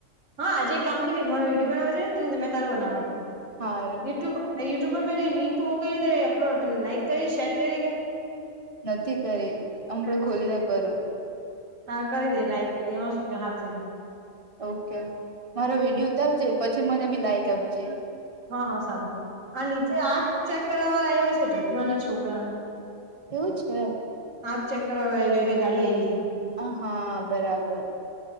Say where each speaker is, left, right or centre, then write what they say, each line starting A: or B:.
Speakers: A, on the right; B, on the right.
A: હા આજે એક કામ કરીએ મારો વિડીયો બનાવજે એને તુંને મેં તારો બનાવ
B: હારું
A: યુટ્યુબ પર યુટ્યુબ પર પલી લિંક મોકલી તે અપલોડ <unintelligible> પ લાઈક કરી, શેર કરી ગયા
B: નથી કરી અમણે ખોલીને કરું
A: હા કરી દે લાઈક એમાં શું હાથ
B: ઓકે મારો વિડીયો ઉતારજે પછી મને બી લાઈક આપજે
A: હા હા સારું આ નીચે આંખ ચેક કરવા વાળ આવ્યા છે જો નાના છોકરાને
B: એવું છે.
A: આખ ચેક કરવા આવ્યા બે બે ગાડી આવી છે.
B: હ હા બરાબર